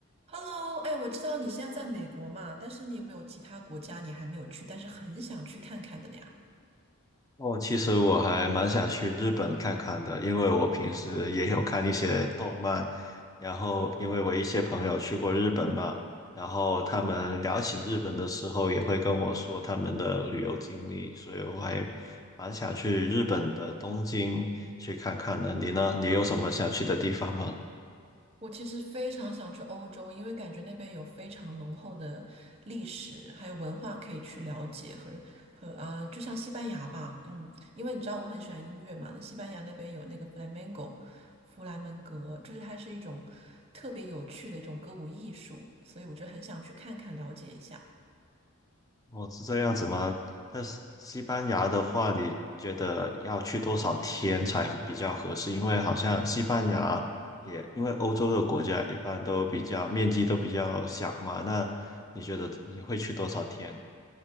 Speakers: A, on the right; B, on the left.
A: Hello，哎，我知道你现在在美国嘛，但是你有没有其他国家你还没有去，但是很想去看看的呀？
B: 哦，其实我还蛮想去日本看看的，因为我平时也有看一些动漫，然后因为我一些朋友去过日本嘛，然后他们聊起日本的时候也会跟我说他们的旅游经历，所以我还蛮想去日本的东京去看看的。你呢？你有什么想去的地方吗？
A: 我其实非常想去欧洲，因为感觉那边有非常浓厚的历史，还有文化可以去了解和和啊、呃就像西班牙吧，嗯，因为你知道我很喜欢音乐嘛，那西班牙那边有那个 flamenco，弗兰门格，就是它是一种特别有趣的一种歌舞艺术，所以我就很想去看看了解一下。
B: 哦，是这样子吗？但是西班牙的话，你觉得要去多少天才合比较合适？因为好像西班牙也，因为欧洲的国家一般都比较面积都比较小嘛，那你觉得你会去多少天？